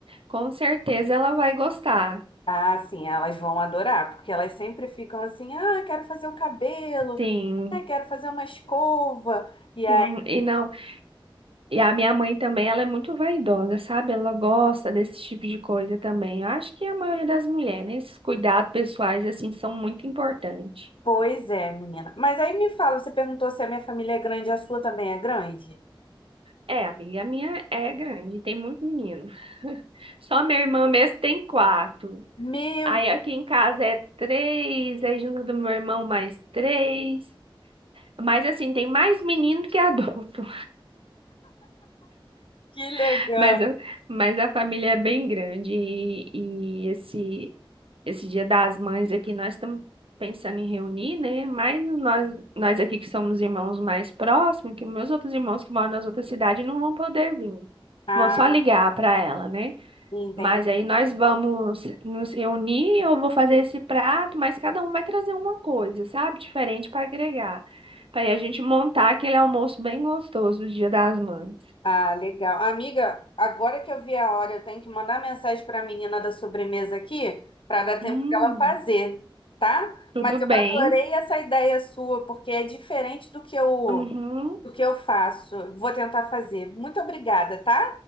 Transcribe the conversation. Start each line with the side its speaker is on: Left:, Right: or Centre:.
Right: Com certeza ela vai gostar.
Left: Ah, sim, elas vão adorar, porque elas sempre ficam assim, ah, quero fazer o cabelo,
Right: Sim.
Left: ah, quero fazer uma escova. E aí,
Right: Uhum, E não, e a minha mãe também, ela é muito vaidosa, sabe? Ela gosta desse tipo de coisa também. Eu acho que a maioria das mulheres, né? Esses cuidados pessoais assim são muito importantes.
Left: pois é, menina. Mas aí me fala, você perguntou se a minha família é grande, a sua também é grande?
Right: É, amiga, a minha é grande, tem muito menino. <laughs> Só minha irmã mesmo tem quatro.
Left: Meu,
Right: Aí aqui em casa é três, aí junto do meu irmão mais três. Mas assim, tem mais menino que adulto.
Left: que legal.
Right: <laughs> Mas, a- mas a família é bem grande. E, e esse, esse Dia das Mães aqui, nós estamos pensando em reunir, né? Mas nós, nós aqui que somos irmãos mais próximos, que meus outros irmãos que moram nas outras cidades não vão poder vir.
Left: Ah,
Right: Vão só ligar para ela, né?
Left: entendi.
Right: Mas aí nós vamos nos reunir, eu vou fazer esse prato, mas cada um vai trazer uma coisa, sabe? Diferente para agregar. Para aí a gente montar aquele almoço bem gostoso do Dia das Mães.
Left: Ah, legal. Amiga, agora que eu vi a hora, eu tenho que mandar mensagem para a menina da sobremesa aqui, para dar tempo
Right: Hum,
Left: dela fazer, tá?
Right: tudo
Left: Mas
Right: bem.
Left: eu adorei essa ideia sua, porque é diferente do que eu,
Right: Uhum.
Left: do que eu faço. Vou tentar fazer. Muito obrigada, tá?